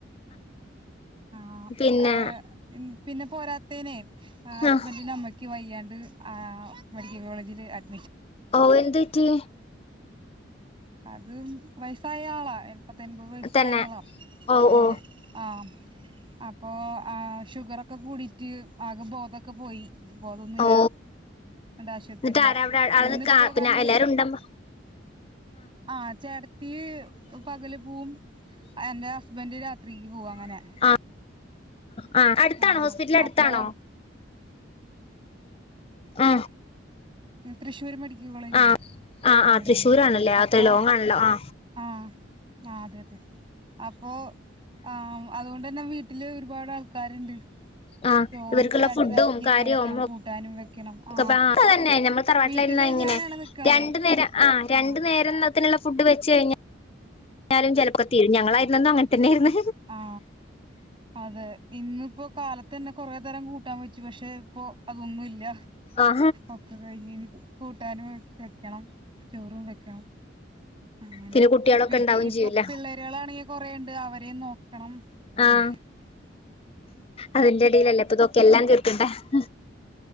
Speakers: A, on the right; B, on the left.
A: ആഹ
B: പിന്നെ
A: ആ <unintelligible> പിന്നെ പോരാ േെ ഹസ്ബന്ഡന്
B: ആഹ്
A: അമ്മയ്ക്ക് വയ്യാണ്ട് മെഡിക്കൽ കോളേജ <unintelligible>
B: ഓ എന്തറ്റി
A: അതും വയസായ ആളാ പത്തൊൻപത് വയസ്സായളാം
B: തന്നെ ഓ
A: അപ്പോൾ
B: ഓ
A: ആ അപ്പോൊ ആ് ഷുഗറൊക്കെ കൂടിട്ട് ആകെ ബോധൊക്കെ പോയി ബോധൊന്നുമില്ല
B: ഓ
A: എന്റെ ആശുപത്രിുള്ള
B: എന്നിട്ട് ആരാ അവിടെ ആള്
A: ഇന്നിപ്പോൊ
B: നിക്കാ പിന്നെ
A: കണത്
B: എല്ലാരും ഉണ്ടമ്മ
A: ആ ചേടത്തി പകല് പോവും എന്റെ ഹസ്ബൻറ് രാത്രിക്ക് പോവുംും അങ്ങനെ
B: ആ ആ അടുത്താണോ
A: ആ
B: ഹോസ്പിറ്റല അടുത്താണോ
A: അപ്പൊ
B: ആ
A: തൃശൂരി മഡ കോളേജിലെ
B: ആ ആ ആ
A: അവിടെയാണ്
B: തൃശ്ശൂരാണല്ലേ
A: അപ്പോ
B: അത്ര ലോങ് ആണല്ലോ ആ
A: ആ അതെ അതെ അപ്പൊ ആ ഇപ്പോ തന്നെ വീട്ടില് ഒരുപാട് ആൾക്കാരുണ്ട്
B: ആ
A: ചോറ്
B: ഇവർക്കുള്ള
A: ഇപ്പോ രണ്ട്
B: ഫുഡും
A: നേരത്തക്കൊക്കെ
B: കാര്യവും
A: വെക്കണം കൂട്ടാനും വെക്കണം
B: ഒക്കെ
A: ആ
B: തന്നെ നമ്മൾ തറവാട്ടിലായിരുന്ന
A: വീട്ടില്
B: ഇങ്ങനെ
A: ഞാനാണ് നിക്കണതേ
B: രണ്ടു നേരം ആ രണ്ടു
A: ആഹ്
B: നേരം <inaudible> <unintelligible> ഫുഡ് വെച്ചുകഴിഞ്ഞാൽ എന്തായാലും ചിലപ്പോൾ ഒക്കെ തീരും ഞങ്ങളെയിരുന്നപ്പോൾ അങ്ങനെ തന്നെയായിരുന്നു
A: ആ അതെ ഇന്നിപ്പോ കാലത്ത് തന്നെ കൊറേ തരം കൂട്ടാൻ വച്ചു പക്ഷെ ഇപ്പോ അതൊന്നുമില്ല
B: ആ
A: ഒക്കെ കഴിഞ്ഞനി കൂട്ടാനും വെക്കണം ചോറും വെക്കണം അങ്ങനെ
B: പിന്നെ കുട്ടികളൊക്കെ
A: വീട്ടിൽ
B: ഉണ്ടാവും
A: ഇപ്പൊ
B: ചെയ്യൂല
A: പിള്ളേരകൾാണെങ്കിൽ കൊറേ അവരെയും നോക്കി കണം ഇതിന്
B: ആഹ്
A: <unintelligible>
B: അതിന്റെ ഇടയിലല്ലേ ഇപ്പൊ ഇതൊക്കെ എല്ലാം തീർ- <inaudible>